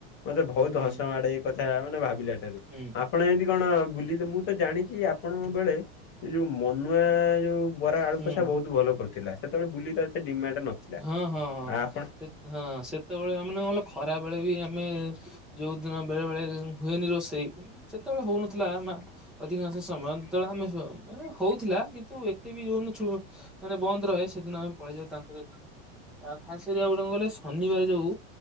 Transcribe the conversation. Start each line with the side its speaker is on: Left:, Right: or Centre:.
Left: ମତେ ବହୁତ
Centre: ହୁଁ
Left: ହସ
Centre: ହୁଁ
Left: ମାଡେ ଏଇ କଥା ମାନେ ଭାବିଲା।
Centre: ହୁଁ
Left: ଆପଣ ଏମତି କଣ ବୁଲି । ମୁଁ ତ ଜାଣିଛି ଆପଣଙ୍କ
Centre: ହୁଁ
Left: ବେଳେ ଯୋଉ ମନୁଆ ଯୋଉ ବରା ଆଳୁକସା
Centre: ହୁଁ
Left: ବହୁତ ଭଲ କରୁଥିଲା। ସେତେବେଳେ ବୁଲିର ଏତେ ଡିମାଣ୍ଡ ନଥିଲା।
Centre: ହଁ ହଁ ହଁ
Left: ଆ ଆପଣ
Centre: ହଁ ସେତେବେଳେ <unintelligible> ଗଲେ ଖରା ବେଳେ ବି ଆମେ ଯୋଉ ଦିନ ବେଳେ ବେଳେ ହୁଏନି ରୋଷେଇ, ସେତେବେଳେ ହଉନଥିଲା ମା ଅଧିକାଂଶ ସମୟ ଯେତେବେଳେ ଆମେ ମାନେ ହଉଥିଲା କିନ୍ତୁ ଏତେ ବି ଯୋଉ ମାନେ ବନ୍ଦ ରହେ । ସେଦିନ ଆମେ ପଳେଇଯାଉ ତାଙ୍କ ଯଉ ଖାସ୍ କରି ଆଉ ଗୋଟେ କଣ କହିଲେ ଶନିବାରେ ଯୋଉ